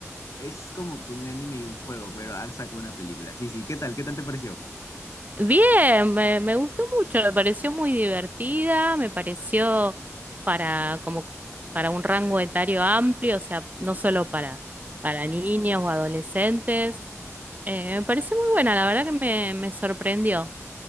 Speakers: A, on the left; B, on the right.
A: es como que un anime y un juego, pero han sacado una película. Sí, sí, ¿qué tal? ¿Qué tal te pareció?
B: Bien, me, me gustó mucho, me pareció muy divertida, me pareció para como para un rango etario amplio, o sea, no solo para, para niños o adolescentes. Eh, me pareció muy buena, la verdad que me, me sorprendió,